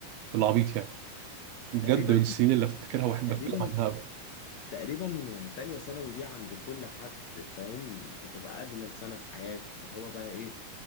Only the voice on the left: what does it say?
تقريبا
تقريبا
تقريبا تانية ثانوي دي عند كل حد فاهم بتبقى أجمل سنة في حياته اللي هو بقى إيه